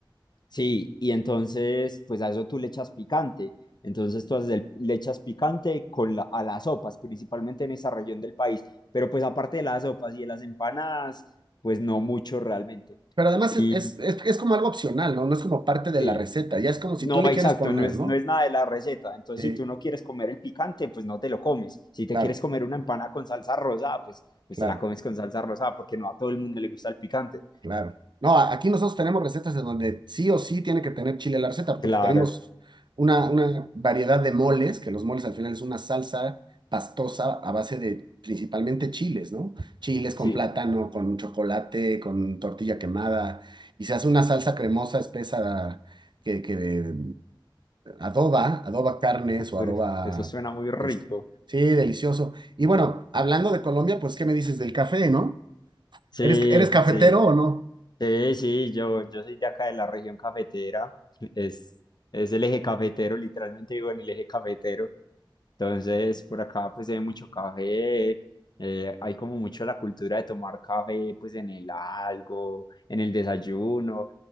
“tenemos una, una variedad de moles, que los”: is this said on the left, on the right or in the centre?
Right